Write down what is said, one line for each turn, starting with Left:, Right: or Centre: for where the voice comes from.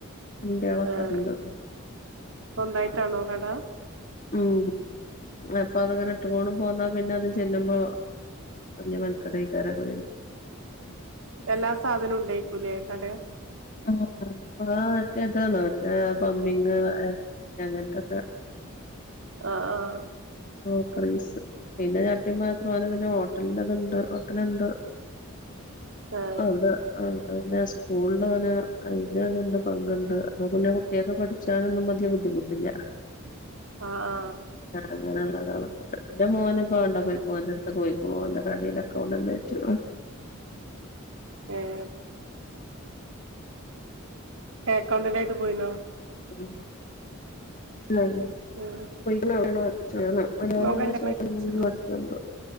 Left: എന്റെയാളൊക്കണ്ട്
Right: ആഹ് സ്വന്തായിട്ടാണോ കട
Left: ഉം അപ്പൊ അതങ്ങനെ ഇട്ടുകൂടെം പോന്നാ പിന്നെ അതും ചെല്ലുമ്പോ വല്യ മെൻകട് അയ്ക്കാരം
Right: എല്ലാ സാധനവും ഉണ്ടേക്കൂലേ കട
Left: <unintelligible> എതാണോ മറ്റേ പമ്പിങ് അങ്ങനത്തൊക്കെ
Right: ആഹ്
Left: ക്രോക്കറീസ് പിന്നെ ചട്ടിയും പാത്രം പിന്നെ ഹോട്ടലിന്റെതുണ്ട് ഹോട്ടലുണ്ട്
Right: ആഹ്
Left: അവടെ ആഹ് പിന്നെ സ്കൂളിൽ അവനെ അതില് തന്നെ പങ്കുണ്ട് അപ്പൊ പിന്നെ കുട്ടിയളൊക്കെ പഠിച്ചാലൊന്നും വലിയ ബുദ്ധി ബുദ്ധിമുട്ടില്ല
Right: ആഹ് ആഹ്
Left: അങ്ങനെയുള്ളതാളൊക്ക എന്റെ മോന് ഇപ്പ ആണ്ട പോയി
Right: ആഹ് ആഹ്
Left: പോയിക്കണോ ഓന്റെ കടേൽ അക്കൗണ്ടന്റ് ആയിട്ട്
Right: ആഹ് അക്കൗണ്ടൻ്റായിട്ട് പോയിനോ
Left: ഉം ആഹ്
Right: ഉം
Left: പോയിക്കണ് <unintelligible>
Right: മോൻ കല്യാണം കഴിച്ചിനോ